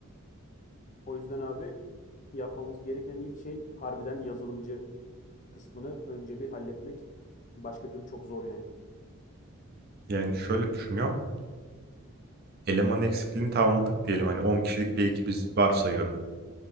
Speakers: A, on the left; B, on the right.
A: O yüzden abi yapmamız gereken ilk şey harbiden yazılımcı kısmını önce bir halletmek. Başka türlü çok zor yani.
B: Yani şöyle düşünüyorum. Eleman eksikliğini tamamladık diyelim. Hani 10 kişilik bir ekibiz varsayıyorum.